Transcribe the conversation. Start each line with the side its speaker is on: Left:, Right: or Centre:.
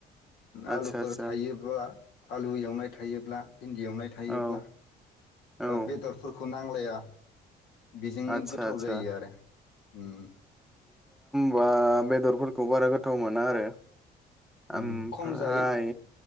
Centre: आदसा
Left: आलुफोर
Centre: आदसा
Left: थायोब्ला आलु एवनाय थायोब्ला भिन्दि एवनाय थायोब्ला
Centre: औ
Left: बा
Centre: औ
Left: बेदरफोरखौ नांलाया बेजोंनो
Centre: आदसा
Left: गोथाव
Centre: आदसा
Left: जायो आरो उम
Centre: बा बेदरफोरखौ बारा गोथाव मोना आरो
Left: उम
Centre: ओम-
Left: खम
Centre: फ्राय
Left: जायो